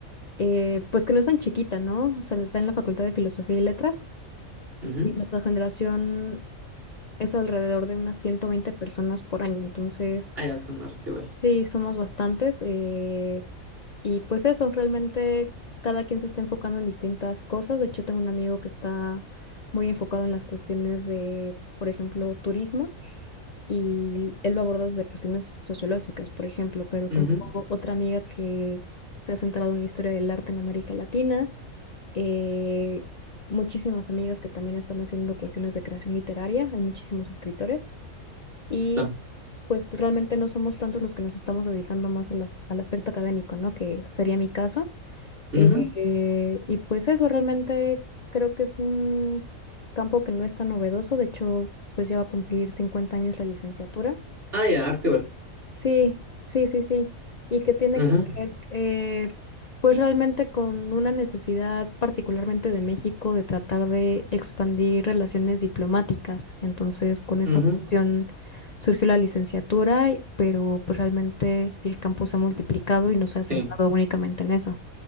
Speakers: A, on the left; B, on the right.
A: eh, pues que no es tan chiquita, ¿no? O sea, está en la Facultad de Filosofía y Letras
B: Ujú.
A: y nuestra generación es alrededor de unas 120 personas por año, entonces
B: Ah, ya, son arte igual.
A: sí, somos bastantes eh, y pues eso, realmente cada quien se está enfocando en distintas cosas, de hecho tengo un amigo que está muy enfocado en las cuestiones de, por ejemplo, turismo y él lo aborda desde cuestiones sociológicas, por ejemplo, pero
B: Ujú.
A: tengo otra amiga que se ha centrado en la historia del arte en América Latina, eh, muchísimas amigas que también están haciendo cuestiones de creación literaria, hay muchísimos escritores y
B: Ah,
A: pues realmente no somos tantos los que nos estamos dedicando más a las- al aspecto académico, ¿no? Que sería mi caso.
B: ujú.
A: Eh, y pues eso realmente creo que es un campo que no es tan novedoso, de hecho, pues ya va a cumplir 50 años la licenciatura.
B: Ah, ya, arte igual.
A: Sí, sí, sí, sí. Y que tiene
B: Ujú.
A: que ver, eh, pues realmente con una necesidad particularmente de México de tratar de expandir relaciones diplomáticas. Entonces, con esa
B: Ujú.
A: función surgió la licenciatura, y- pero pues realmente el campo se ha multiplicado y no se ha centrado
B: Sí.
A: únicamente en eso.